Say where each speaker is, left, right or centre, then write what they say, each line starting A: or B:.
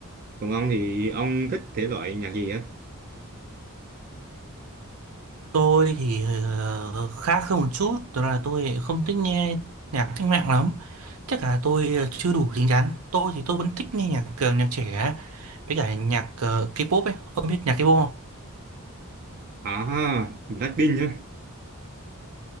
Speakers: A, on the right; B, on the right.
A: còn ông thì ông thích thể loại nhạc gì á
B: Tôi thì ờ, khác hơn một chút, đó là tôi không thích nghe nhạc cách mạng lắm. Chắc là tôi ờ, chưa đủ chín chắn. Tôi thì tôi vẫn thích nghe nhạc ờ, nhạc trẻ với cả nhạc ờ, K-pop ấy. Ông biết nhạc K-pop không?
A: À, Blackpink nhá.